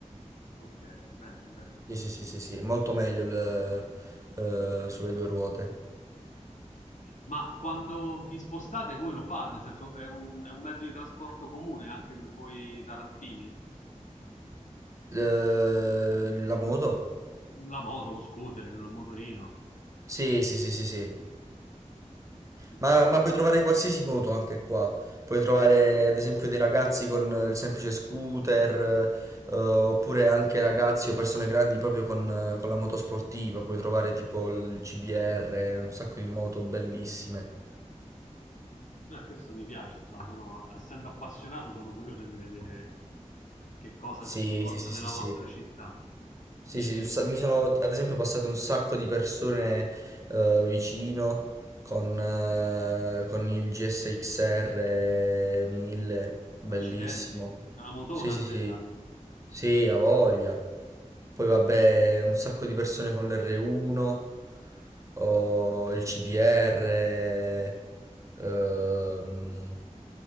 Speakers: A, on the left; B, on the right.
A: Ok, bene, bene.
B: Sì, sì, sì, sì, sì, è molto meglio il, eh, sulle due ruote.
A: Ma quando vi spostate voi lo fate, nel senso è un, è un mezzo di trasporto comune anche per voi tarantini?
B: Eh, la moto?
A: La moto, lo scooter, il motorino?
B: Sì, sì, sì, sì, sì.
A: Ok.
B: Ma, ma puoi trovare qualsiasi moto anche qua. Puoi trovare ad esempio dei ragazzi con eh, il semplice scooter, eh, oppure anche ragazzi o persone grandi proprio con, eh, con la moto sportiva. Puoi trovare tipo il CBR, un sacco di moto bellissime.
A: Eh, questo mi piace, insomma, sono- essendo appassionato sono curioso di vedere che cosa
B: Sì,
A: si sposta
B: sì, sì,
A: nella
B: sì, sì.
A: vostra città.
B: Sì,
A: Ehm,
B: sì, un sa- mi sono ad esempio passate un sacco di persone eh, vicino con, eh, con il GSXR 1000, bellissimo.
A: accidenti, è una motona
B: Sì, sì,
A: quella,
B: sì. Sì, ha voglia. Poi vabbè, un sacco di persone con l'R1, o il CBR. ehm.